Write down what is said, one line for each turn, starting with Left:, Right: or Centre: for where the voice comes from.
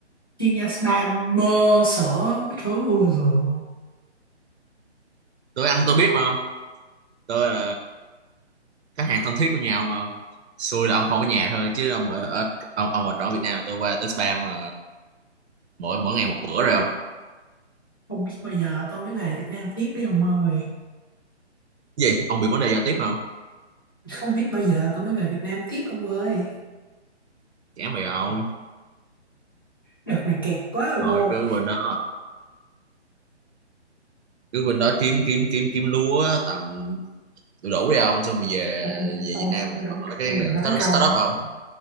Left: chuyên gia spa bơ sữa cái thứ ui rồi
Right: tôi ăn tôi biết mà không tôi là khách hàng thân thiết của nhà ông mà không xui là ông không có nhà thôi chứ ông ở, ở ông ông ở trọ Việt Nam là tôi qua tôi spam mà mỗi mỗi ngày một bữa rồi không
Left: không biết bao giờ tôi mới về Việt Nam tiếp đi ông ơi
Right: gì ông bị vấn đề giao tiếp không
Left: không biết bao giờ tôi mới về Việt Nam tiếp ông ơi
Right: chán vậy ông
Left: đợt này kẹt quá ông
Right: rồi
Left: ơi
Right: cứ bên đó cứ bên đó kiếm kiếm kiếm kiếm lúa tầm đủ đủ đi ông xong rồi về
Left: không
Right: về
Left: không
Right: Việt Nam lại
Left: không,
Right: mở cái
Left: không đừng
Right: ờ,
Left: nói
Right: start-
Left: câu
Right: startup không